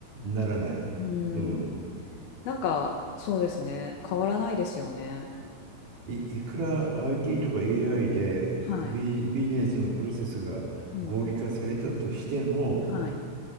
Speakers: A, on the right; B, on the left.
A: ならない。
B: うん。
A: うん。
B: なんかそうですね。変わらないですよね。
A: い、いくら IT とか AI でビ、
B: はい。
A: ビジネスのプロセスが合理化されたとしても、
B: うんうん。はい。